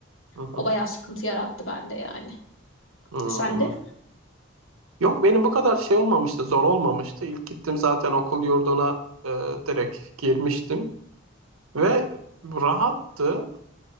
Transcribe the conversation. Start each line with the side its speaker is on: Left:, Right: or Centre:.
Right: Hı hı.
Left: O bayağı sıkıntı yarattı bende yani.
Right: Hmm.
Left: Sen de?
Right: Yok benim bu kadar şey olmamıştı, zor olmamıştı. İlk gittim zaten okul yurduna e, direkt girmiştim ve rahattı.